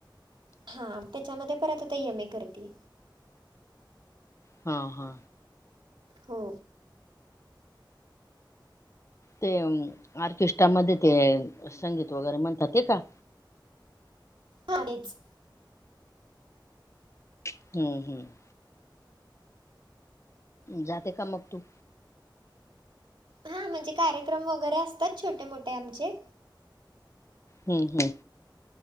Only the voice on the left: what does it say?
हा हा
ते अम्म ऑर्केस्ट्रा मध्ये ते अ संगीत वगरे म्हणतात ते का?
हम्म हम्म जाते का मग तू?
हम्म हम्म,